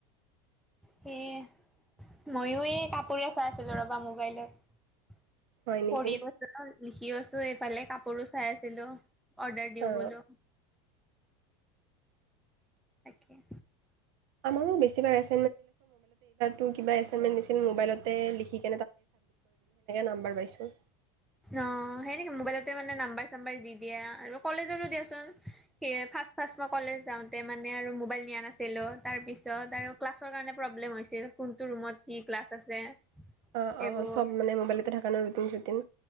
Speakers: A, in the centre; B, on the right.
A: স মইয়ো এই কাপোৰে চাই আছিলো। ৰবা মোবাইলত
B: হয় নেকি
A: পঢ়িওছো লিখিও আছো এইফালে কাপোৰো চাই আছিলো। অৰ্ডাৰ দিওঁ
B: অ
A: বোলো তাকে
B: আমাৰ মনো চাবমিট কৰি দিলে সেনেকৈ নাম্বাৰ পাইছোঁ।
A: অ সেই নেকি মোবাইলতে মানে নাম্বাৰ চাম্বাৰ দি দিয়া আৰু কলেজৰো দিয়াচোন স ফাৰ্ষট ফাৰ্ষ্ট মই কলেজ যাওঁতে মানে আৰু মোবাইল নিয়া নাছিলোঁ তাৰপিছত আৰু ক্লাছৰ কাৰণে প্ৰব্লেম হৈছিল। কোনটো ৰুমত কি ক্লাছ আছে।
B: অ
A: সেইবোৰ
B: অ অ চব মানে মোবাইলতে থকা নাই ৰুটিন চুটিন